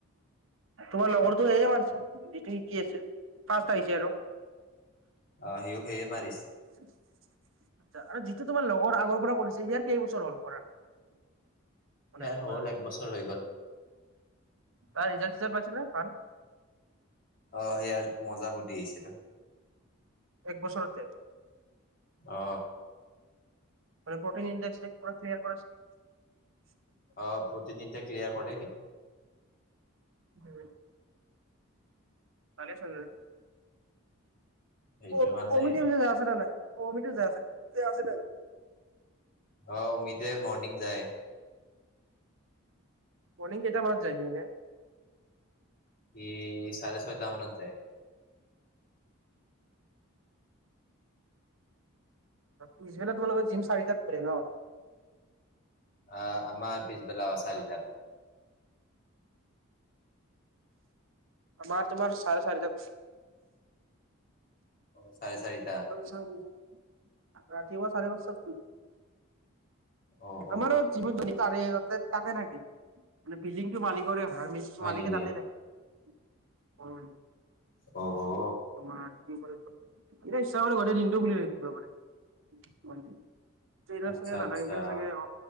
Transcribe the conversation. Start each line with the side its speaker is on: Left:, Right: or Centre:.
Right: তোমাৰ লগৰটো হে মাৰছা যিতু সিকি আছিল ফাষ্ট আহিছে আৰু।
Left: অ হিউ সেয়ে মাৰিছে।
Right: আচ্ছা আৰু যিটো তোমাৰ লগৰ আগৰ পৰা কৰিছে ইয়াৰ কেইবছৰ হ'ল কৰা। <inaudible>
Left: ইয়াৰ
Right: তোমাৰ
Left: হ'ল এক বছৰ হৈ গ'ল।
Right: তাৰ ৰিজাল্ট চিজাল্ট পাইছেনে তাৰ।
Left: অ সিয়াৰ মজা বডি আহিছিলে।
Right: এক বছৰতে।
Left: অ।
Right: মানে প্ৰটিন ইণ্ডেক্স পুৰা ক্লিয়াৰ কৰিছে।
Left: অ প্ৰটিন কিতা ক্লিয়াৰ কৰে।
Right: উম পালে চাগে।
Left: সেইটো
Right: ক
Left: কাৰণে
Right: কমিতি চমিতি আছে নে নাই কমিতি যে আছে নাই।
Left: অ অমিতে মৰ্নিং যায়।
Right: মনিং কেইটামানত যায় সিহঁতে।
Left: ই চাৰে ছৈটা মানত যায়।
Right: পিছবেলা তোমালোকৰ জিম চাৰিটাত খোলে ন।
Left: অহ আমাৰ পিছ বেলা অ চাৰিটাত।
Right: আমাৰ তোমাৰ চাৰে চাৰিটাত।
Left: অ চাৰে চাৰিটা।
Right: উম ৰাতি পুৱা চাৰে দছটাত খোলে।
Left: অ
Right: আমাৰো
Left: অ
Right: জিমত তাতে থাকে মানে বিল্ডিংটো মালিকৰে হয় আৰু মেচিন।
Left: হয়
Right: মালিকে
Left: নেকি
Right: তাতে থাকে উম।
Left: অ অ।
Right: তোমাৰ কি কৰিছ এতিয়া ইচ্ছা কৰিলে গোটেই দিনটোও খুলি ৰাখিব পাৰে। অ। ট্ৰেইনাৰ
Left: আচ্ছা
Right: চেনাৰ নাথাকে
Left: আচ্ছা
Right: কাৰণে চাগে অ